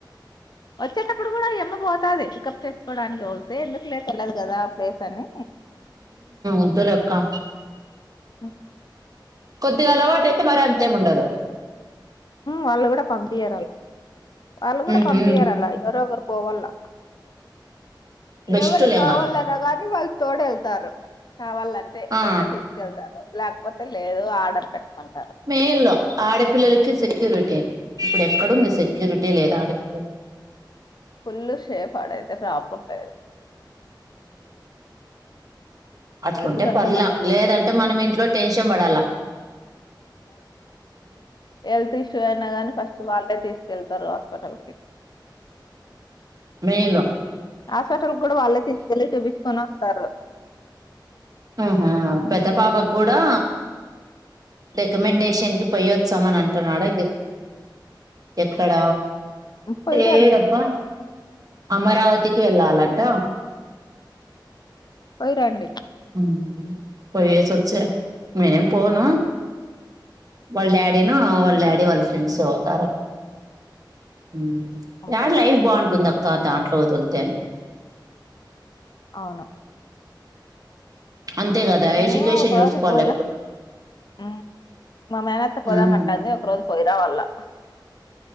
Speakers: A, on the left; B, on the right.
A: వచ్చేటప్పుడు కూడా ఇమ్మబతది పికప్ చేసుకోవడానికి ఎందుకులేర్లేదు కదా ప్లేస్ అని
B: ఇదిలేక్కా
A: ఆ
B: కొద్దిగా అలవాటు అయితే మరి అంతేం ఉండదు
A: వాళ్ళు కూడా పంపించయరాల వాళ్ళు
B: హుహు.
A: కూడా పంపయారు అలా ఎవరో ఒకరు పోవాల
B: బెస్ట్
A: ఏమరి
B: లేంగా.
A: కావాలలేదా కాది వాల్ తోడ వెల్తారు కావాలంటే
B: ఆ!
A: ఎంట తీసుకెళ్తారో గపో లేదు ఆర్డర్ పెట్టుకు
B: మేల్ ఆడపిల్లకి సెక్యూ రొటీ ఇప్పుడ ఇక్కడంది సెక్యూరిటీ లేదా ఆడపి
A: ఫుల్ షేప్డ అయితే ప్రాబ్లం లేదు
B: అట్కుంటే
A: ఎందుకంటే
B: పర్లేం
A: మొన్న
B: లేదంటే మనం ఇంట్లో టెన్షన్ ఇష్టపడాల
A: ఎళ్ష్ట అయినా గాని ఫస్ట్ వాళ్ళే తీసుకెళ్తారు హాస్పిటల్ కి
B: మేలు
A: హాస్పిటల్ కూడా వాళ్ళే తీసుకెళ్ళి చూపించుకుని వస్తారు
B: ఆహ
A: ఉమ్
B: పెద్ద పాపకు కూడా రెకమండేషన్కి పయ్యోత్సవ నంట నడగ ఎక్కడ
A: పోయిరండి
B: ఏడబ్బా అమరావతికి వెళ్ళాలంట
A: పోయి రండి
B: హ్మ్మ్ పోయేసి వచ్చ నేనేం పోను వాళ్ళ డాడీ ను వాళ్ళ డాడీ వాళ్ళ ఫ్రెండ్స్ పోతారా హ్మ్మ్
A: అంతేలే
B: ఆడ లైఫ్ బాగుంటుందో ఇంకా దాంట్లో వదులుతేని
A: అవును
B: అంతే కదా
A: మేము
B: ఎడ్యుకేషన్
A: ఒక రోజు
B: చూసుకోవాలి
A: పోయిరా హ్మ్మ్ మా మేనత్త
B: ఎప్పుడు
A: పోదామంటంది ఒక రోజు పోయి రావాలా.